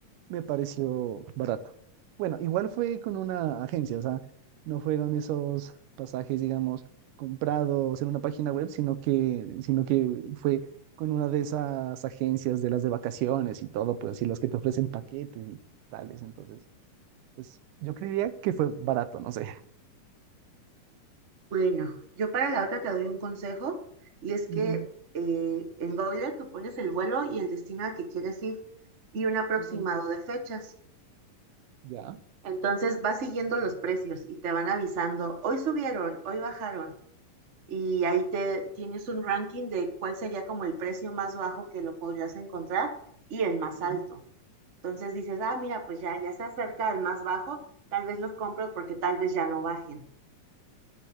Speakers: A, on the right; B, on the right.
A: me pareció barato. Bueno, igual fue con una agencia, o sea, no fueron esos pasajes, digamos, comprados en una página web, sino que, sino que fue con una de esas agencias de las de vacaciones y todo, pues así las que te ofrecen paquetes y tales. Entonces, pues yo creería que fue barato, no sé.
B: Bueno, yo para la otra te doy un consejo y es
A: Ujú,
B: que eh, en Google tú pones el vuelo y el destino al que quieres ir y un aproximado
A: ujú,
B: de fechas.
A: Ya.
B: Entonces vas siguiendo los precios y te van avisando, hoy subieron, hoy bajaron y ahí te tienes un ranking de cuál sería como el precio más bajo que lo podrías encontrar y el más
A: ujú.
B: alto. Entonces dices, ah, mira, pues ya, ya se acerca el más bajo, tal vez los compro porque tal vez ya no bajen.